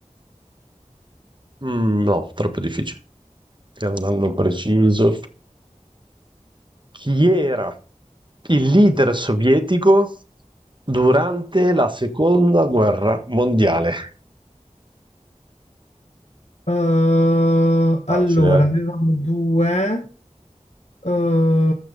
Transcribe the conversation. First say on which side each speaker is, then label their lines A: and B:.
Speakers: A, on the right; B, on the left.
A: Mm, no, troppo difficile. Era un anno preciso. Chi era il leader sovietico durante la seconda guerra mondiale?
B: Eh, allora,
A: Facile, eh?
B: avevamo due. eh,